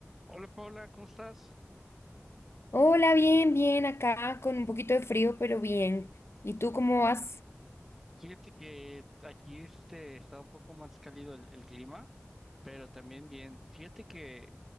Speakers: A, in the centre; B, on the left.
A: Hola Paula, ¿cómo estás?
B: Hola, bien, bien, acá con un poquito de frío, pero bien. ¿Y tú cómo vas?
A: Fíjate que aquí este está un poco más cálido el, el clima, pero también bien. Fíjate que